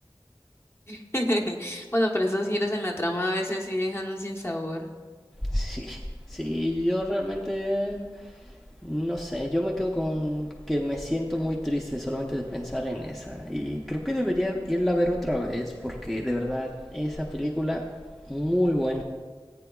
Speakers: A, on the left; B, in the centre.
A: <laughs> Bueno, pero esos giros en la trama a veces sí dejan un sinsabor.
B: Sí, sí, yo realmente no sé, yo me quedo con que me siento muy triste solamente de pensar en esa. Y creo que debería irla a ver otra vez porque de verdad esa película muy buena.